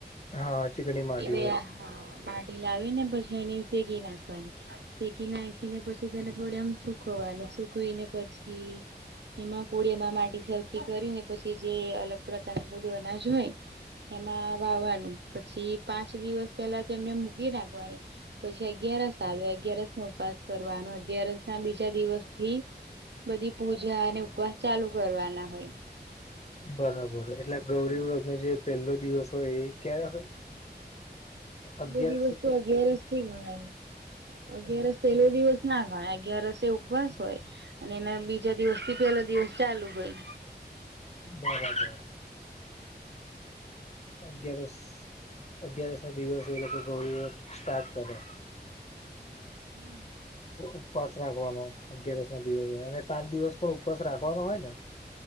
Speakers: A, on the left; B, on the right.
A: હા ચિકણી માટી
B: એવે
A: હોય
B: હા માટી લાવી ને પછી એની ભેગી નાખવાની <unintelligible> નાખી ને પછી તેને થોડી આમ સુકવાને સુખવીને પછી એમાં કોડીયા માં માટી સરખી કરી ને પછી જે અલગ પ્રકાર નું બધું અનાજ હોય એમાં વાવવાનું પછી પાંચ દિવસ પેલા તેમને મૂકી રાખવાની પછી અગિયારસ આવે અગિયારસ નો ઉપાસ કરવાનો અગિયારસ ના બીજા દિવસ થી બધી પૂજા અને ઉપવાસ ચાલુ કરવાના હોય
A: બરાબર એટલે ગૌરી વ્રત નો જે પહેલો દિવસ હોય એ ક્યારે હોય
B: પેલો
A: અગિયારસ
B: દિવસ તો અગિયારસ થી ગણાય અગિયારસ પેલો દિવસ ના ઘણા અગિયારસે ઉપવાસ હોય અને એના બીજા દિવસ થી પેલો દિવસ ચાલુ હોય
A: બરાબર અગિયારસ અગિયારસ નાો દિવસ એ લોકો ગૌરી વ્રત સ્ટાર્ટ કરે
B: હા
A: ઉપવાસ રાખવાનો અગિયારસ ના દિવસે અને પાંચ દિવસ પણ ઉપવાસ રાખવાનો હોય ને